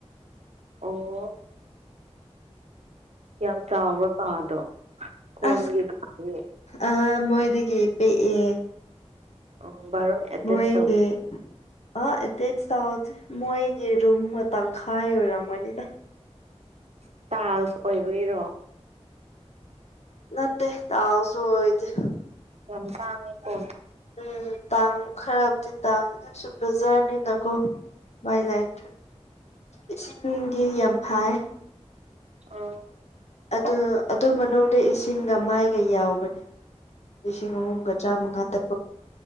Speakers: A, on the right; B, on the left.
A: ꯑꯣ ꯌꯥꯝ ꯆꯥꯎꯕ ꯀꯥꯗꯣ ꯀꯣꯟꯒꯤ
B: ꯑꯁ
A: ꯀꯥꯒꯤ
B: ꯑ ꯃꯣꯏꯗꯒꯤ ꯄꯤꯑ
A: ꯑꯣ ꯕꯥꯠꯔꯨꯝ ꯑꯦꯇꯦꯁ
B: ꯃꯣꯏꯒꯦ
A: ꯇꯧ
B: ꯑ ꯏꯇꯩ ꯊꯥꯎ ꯃꯣꯏꯒꯤ ꯔꯨꯝ ꯇꯪꯈꯥꯏ ꯑꯣꯏꯔꯝꯒꯅꯤꯗ
A: ꯏꯁꯇꯥꯥꯏꯜꯁ ꯑꯣꯏꯕꯤꯔꯣ
B: ꯅꯠꯇꯦ ꯇꯥꯎ ꯁꯣꯏꯗ
A: ꯥꯡꯉꯣ
B: ꯎꯝ ꯇꯥꯡ ꯈꯔꯕꯨꯗꯤ ꯇꯥꯡ ꯑꯗꯨꯝ ꯁꯠꯄ ꯖꯔꯅꯤꯅꯀꯣ
A: ꯎꯝ
B: ꯏ ꯂꯥꯏꯠ ꯏꯁꯤꯡꯗꯤ ꯌꯥꯝ ꯐꯥꯏ
A: ꯑ
B: ꯑꯗꯨ ꯑꯗꯨ ꯃꯅꯨꯡꯗ ꯏꯁꯤꯡꯒ ꯃꯥꯏꯒ ꯌꯥꯎꯕꯅꯦ ꯂꯤꯁꯤꯡ ꯑꯍꯨꯝꯒ ꯆꯥꯝꯃꯉꯥ ꯇꯔꯨꯛ